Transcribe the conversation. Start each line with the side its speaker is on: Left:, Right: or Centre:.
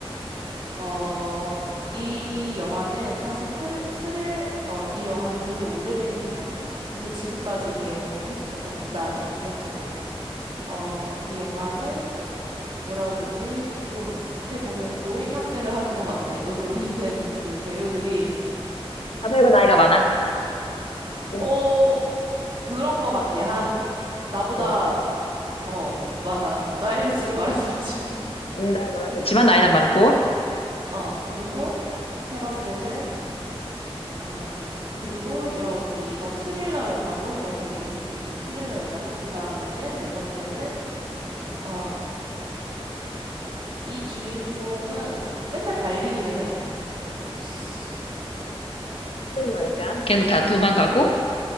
Right: 어, 이 영화는 사실 트릴, 스릴, 어, 이 영화는 되게 오래된 영화고, 근데 지금까지 개봉을 했어요. 그 다음에 두 번째는, 어, 이 영화는 뭐라고 해야 되지? 조금 어떻게 보면 노인 학대를 하는 것 같아. 너무 오래된 그 배우들이
Left: 우고 나이가 나이가, 많아. 응,
Right: 어 그런 것 같아. 한 나보다
Left: 응,
Right: 어 많아. 나이를 지금 말할 수 없지.
Left: 음, 나이 많아서 지만 나이는 많고
Right: <laughs> 어 그리고 세 번째는 어 그리고 여 이건 스릴러 영화고 내가 그거 얘기했는지 모르겠지만 스릴러 영화고 그 다음에는 네 번째는 어 이 주인공은 맨날 달리기를 해. 혹시
Left: 때는 나니까. 계속 다 도망가고.